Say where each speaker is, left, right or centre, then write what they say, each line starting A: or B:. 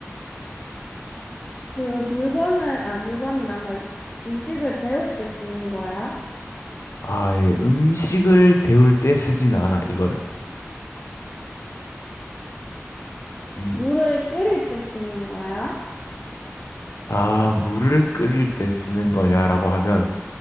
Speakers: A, on the left; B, on the left.
A: 그 물건을, 아, 물건이란다. 음식을 데울 때 쓰는 거야?
B: 아, 예, 음식을 데울 때 쓰진 않아, 이거를. 음.
A: 물을 끓일 때 쓰는 거야?
B: 아, 물을 끓일 때 쓰는 거냐라고 하면,